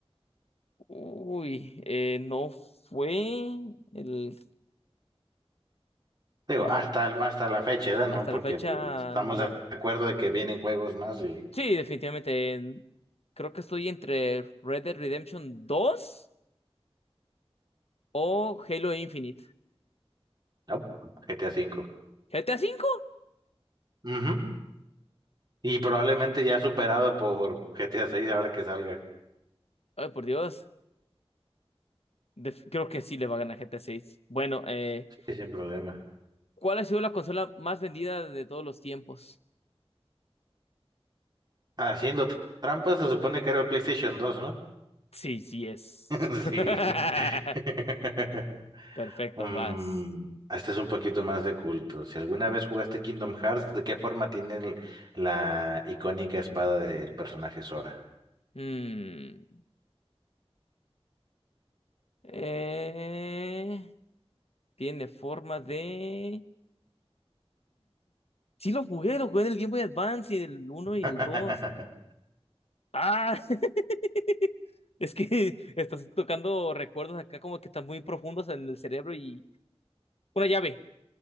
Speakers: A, on the left; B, on the right.
A: Uy, eh, no fue el.
B: Digo,
A: No
B: hasta,
A: fue-
B: el- hasta la fecha, ¿verdad? ¿no?
A: Hasta
B: Porque
A: la fecha,
B: eh, estamos
A: no.
B: de acuerdo de que vienen juegos más y...
A: Sí, definitivamente. en- Creo que estoy entre Red Dead Redemption dos o Halo Infinite.
B: No, GTA V.
A: ¿GTA cinco.
B: Ujú. Y probablemente ya superado por GTA VI ahora que salga.
A: Ay, por Dios. Def- creo que sí le va a ganar GTA seis. Bueno, eh,
B: Sí, sin problema.
A: ¿cuál ha sido la consola más vendida de todos los tiempos?
B: Haciendo trampas se supone que era el PlayStation 2, ¿no?
A: Sí, sí es.
B: <laughs>
A: <laughs>
B: Sí. <laughs>
A: Perfecto,
B: Mm,
A: vas.
B: este es un poquito más de culto. Si alguna vez jugaste Kingdom Hearts, ¿de qué forma tiene el- la icónica espada del personaje Sora?
A: Mm. Eh, tiene forma de... Sí lo jugué, lo jugué en el Game Boy Advance y el uno y
B: <laughs>
A: el dos Ah, <laughs> es que estás tocando recuerdos acá como que están muy profundos en el cerebro y... Una llave.